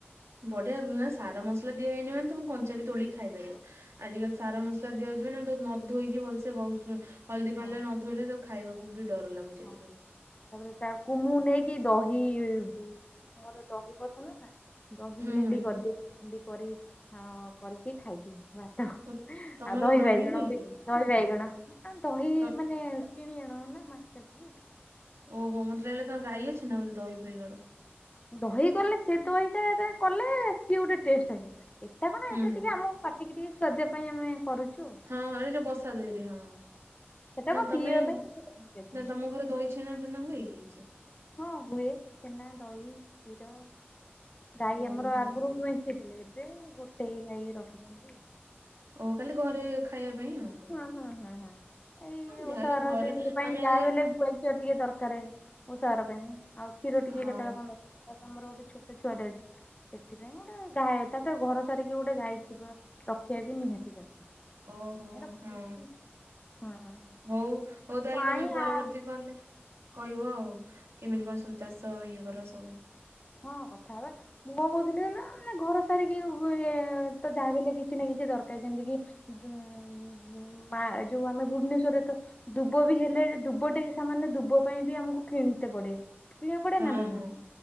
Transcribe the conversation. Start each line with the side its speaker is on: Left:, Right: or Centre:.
Right: ବଢିଆ ଉଁ ଆ ସାର ମସଲା ଦିଆହେଇନି ମାନେ ତମେ କଞ୍ଚା ବି ତୋଳିକି ଖାଇପାରିବ। ଆଜିକାଲି ସାର ମସଲା ଦିଆହଉଚି ମାନେ ଆମେ ତ ନ ଧୋଇକି ଭଲସେ <unintelligible> ହଳଦୀ ପାଣିରେ
Left: ହଁ
Right: ନ ଧୋଇଲେ ତାକୁ ଖାଇବାକୁ ବି ଡର ଲାଗୁଛି
Left: ହଁ
Right: ଆଜିକାଲି।
Left: ତାପରେ ତାକୁ ମୁଁ ନେଇକି ଦହି ମୋର ଦହି ପତ ଶୁଣନା ଦହି
Right: ହୁଁ
Left: ଭେଣ୍ଡି
Right: ହୁଁ
Left: କରିଦିଏ ଭେଣ୍ଡି କରି ଆଁ କରିକି ଖାଇଦିଏ ଭାତ୍ ତ
Right: ଓ ତମର
Left: ଆଉ ଦହି ବାଇଗଣ ହୁଏ
Right: କି?
Left: ଦହି ବାଇଗଣ ଆ ଦହି
Right: ତ
Left: ମାନେ କିଣି ଆଣୁ ନା ମାରକେଟ୍ ରୁ।
Right: ଓହୋ ମୋତେ ଲାଗିଲା ତମର ଗାଈ ଅଛି ନା ବୋଧେ ଦହି ଫହି କର।
Left: ଦହି କଲେ, ସେ ଦହିଟା କଲେ, ସିଏ ଗୋଟେ ଟେଷ୍ଟ ଆସିବ ଏଟା କ ନା
Right: ହୁଁ
Left: ଏଟା
Right: ହୁଁ
Left: ଟିକେ ଆମ ପାଟି ଟିକି ଟିକେ ସୁଆଦିଆ ପାଇଁ ଆମେ କରୁଛୁ।
Right: ହଁ, ହଁ ଏ ଯୋଉ ବସା ଦହିରେ। ହଁ
Left: ସେଟା
Right: ନା
Left: କଣ
Right: ତମେ
Left: ପିଇବା ପାଇଁ ସେଟା
Right: ନା ତମ ଘରେ ଦହି ଛେନା ଫେନା ହୁଏ କି କିଛି?
Left: ହଁ ହୁଏ, ଛେନା ଦହି କ୍ଷୀର ଗାଈ
Right: ଓହୋ।
Left: ଆମର ଆଗରୁ <unintelligible> ମେ ଥିଲେ। ଏବେ ଗୋଟେ ଗାଈ ରଖିଛନ୍ତି।
Right: ଓ ଖାଲି ଘରେ ଖାଇବା ପାଇଁ ଆଉ।
Left: ହଁ ହଁ ହଁ ହଁ ଏଇ
Right: ହଁ ଯାହାହେଲେ
Left: ଓଷା ବାର
Right: ଘରେ
Left: ପାଇଁ
Right: ଆମେ
Left: ଯାହା
Right: ଆଜିକାଲି
Left: ହେଲେ ଗୁଆ ଘିଅ ଟିକେ ଦରକାର। ଓଷା ବାର ପାଇଁ, ଆଉ କ୍ଷୀର ଟିକେ
Right: ହଁ
Left: କେତେବେଳେ କଣ ଦରକାର। ଆମର ଗୋଟେ ଛୋଟ ଛୁଆଟେ ଅଛି। ସେଥିପାଇଁ ଗୋଟେ ଗାଈ ତାପରେ ଘର ସାରିକି ଗୋଟେ ଗାଈ ଥିବ, ରଖିବା ବି ନିହାତି ଦରକାର। ସେଥିପାଇଁ
Right: ଓହୋ ହୋ
Left: ରଖିଦେଇଛି
Right: ହଁ
Left: ହଁ
Right: ହଉ ହଉ ତାହେଲେ
Left: କାଇଁ
Right: ତମେ ପରବର୍ତ୍ତୀ
Left: ଆ
Right: କଲେ କହିବ। କେମିତି କଣ ସବୁ ଚାଷ ଇଏ କର ସବୁ।
Left: ହଁ କଥା ହବା। ମୁଁ କଣ କହୁଥିଲି କହିଲ ମାନେ ଘର ସାରିକି ତ ଯାହାଲେ କିଛି ନା କିଛି ଦରକାର। ଯେମତି କି <unintelligible> ମା, ଯୋଉ ଆମେ ଭୁବନେଶୂର ରେ ତ ଦୁବ ବି ହେଲେ ଦୁବ ଟେ ସାମାନ୍ଯ ଦୁବ ପାଇଁ ବି ଆମକୁ କିଣତେ ପଡେ। କିଣିବାକୁ ପଡ଼େ
Right: ହଁ
Left: ନା ନ
Right: ହଁ।